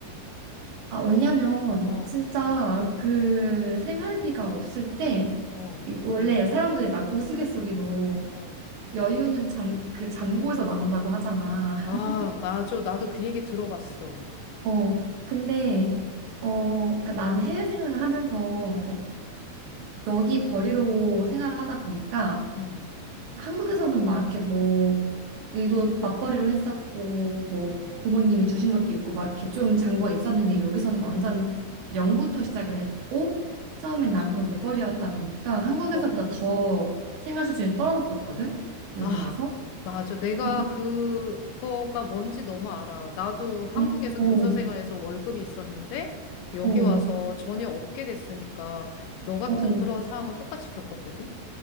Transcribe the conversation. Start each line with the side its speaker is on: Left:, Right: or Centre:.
Right: 아, 왜냐면
Left: 어,
Right: 진짜 그 생활비가 없을 때
Left: 어.
Right: 이- 원래 사람들이 막 우스갯소리로
Left: 어.
Right: 여유는 잔, 그 잔고에서 나온다고 하잖아.
Left: 아,
Right: <laughs>
Left: 맞아. 나도 그 얘기 들어봤어.
Right: 어, 근데 어, 그러니까 나는 해외 생활을 하면서 이제 여기 벌이로 생활을 하다 보니까
Left: 응,
Right: 한국에서는 막 이렇게 뭐 일도 맞벌이로 했었고 뭐 부모님이 주신 것도 있고 막 이렇게 좀 잔고가 있었는데 여기서는 완전 영부터 시작을 했고 처음엔
Left: 그렇지?
Right: 남편 외벌이였다 보니까 한국에서보다
Left: 어.
Right: 더 생활 수준이 떨어졌었거든 여기
Left: 아,
Right: 와서
Left: 맞아. 내가
Right: 근데
Left: 그거가 뭔지 너무 알아. 나도 한국에서
Right: 어, 어,
Left: 교사 생활에서 월급이 있었는데 여기
Right: 어,
Left: 와서 전혀 없게 됐으니까 너 같은
Right: 어, 어.
Left: 그런 상황을 똑같이 겪었거든.